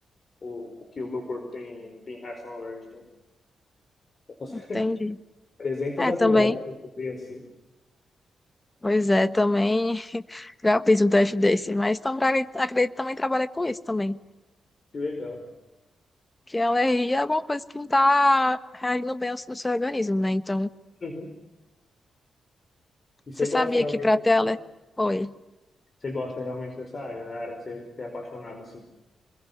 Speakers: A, on the left (about 40°); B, on the left (about 15°).
A: o, o que o meu corpo tem, tem reação alérgica. <laughs> Nossa,
B: Entendi.
A: 300
B: É,
A: agulhadas
B: também.
A: pra eu ver assim.
B: Pois é, também já fiz um teste desse, mas também, acredito que também trabalha com isso também.
A: Que legal.
B: Que a alergia é alguma coisa que não tá reagindo bem ao- no seu organismo, né? Então,
A: Uhum. E
B: você
A: você
B: sabia
A: gosta realmente
B: que para
A: dessa
B: ter alergia.
A: área?
B: Oi,
A: Você gosta realmente dessa área, a área que você, você é apaixonado assim.